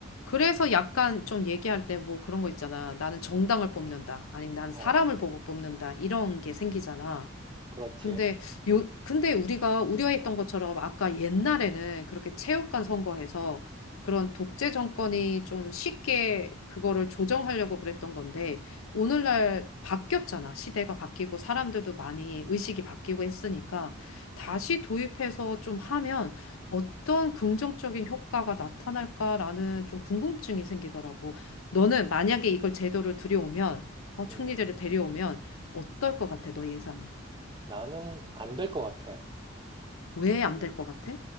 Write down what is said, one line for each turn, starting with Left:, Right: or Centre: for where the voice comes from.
Left: 그래서 약간 좀 얘기할 때 뭐 그런 거 있잖아. 나는 정당을 뽑는다. 아니, 난
Right: 어,
Left: 사람을 보고 뽑는다. 이런 게 생기잖아.
Right: 그렇지.
Left: 근데 요 근데 우리가 우려했던 것처럼 아까 옛날에는 그렇게 체육관 선거에서 그런 독재 정권이 좀 쉽게 그거를 조정하려고 그랬던 건데 오늘날 바뀌었잖아. 시대가 바뀌고 사람들도 많이 의식이 바뀌고 했으니까 다시 도입해서 좀 하면 어떤 긍정적인 효과가 나타날까라는 좀 궁금증이 생기더라고. 너는 만약에 이걸 제도를 들여오면 어,
Right: 음,
Left: 총리제를 데려오면 어떨 것 같아? 너 예상이?
Right: 나는 안 될 것 같아.
Left: 왜 안될
Right: 좀,
Left: 것 같아?